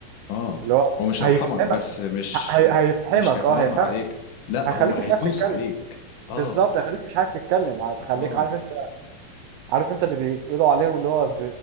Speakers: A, on the left (about 70°); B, on the right (about 80°).
A: اه
B: اللي هو
A: هو مش
B: هيفهم
A: هيرحمك بس مش
B: هي... هيفحمك
A: مش هيتنمر
B: اه هيفحمك
A: عليك لا
B: هيخليك
A: هو هيدوس
B: مش عارف تتكلم
A: عليك اه
B: بالظبط هيخليك مش عارف تتكلم هيخليك
A: اه
B: عارف انت عارف انت اللي بيقولوا عليهم اللي هو ب...